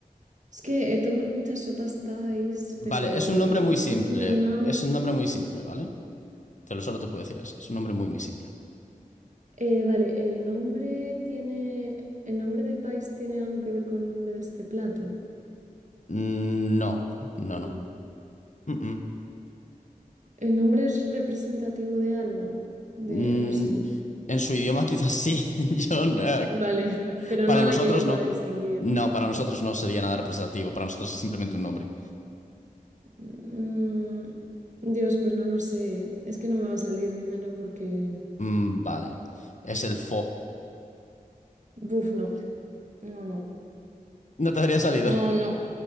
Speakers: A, on the right (about 55°); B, on the left (about 55°).
A: Es que he tomado muchas sopas Thais,
B: Vale,
A: pero
B: es un nombre
A: la
B: muy
A: comida
B: simple.
A: de Vietnam.
B: Es un nombre muy simple, ¿vale? Te lo solo te puedo decir eso. Es un nombre muy, muy simple.
A: eh, vale, el nombre tiene. ¿El nombre del país tiene algo que ver con el nombre de este plato?
B: Mm, No, no, no.
A: No.
B: Mm, mm.
A: ¿El nombre es representativo de algo? De,
B: Mm,
A: no sé.
B: en su idioma quizás sí. <laughs> Yo, eh,
A: Vale, <laughs> pero
B: para
A: nada
B: nosotros
A: que yo pueda
B: no.
A: distinguir,
B: No,
A: ¿no?
B: para nosotros no sería nada representativo. Para nosotros es simplemente un nombre.
A: Mm, Dios, pues no lo sé. ¿eh? Es que no me va a salir, dímelo, porque.
B: Mm, vale. Es el Fo.
A: Buf, no. No, no.
B: No te habría salido.
A: No, no.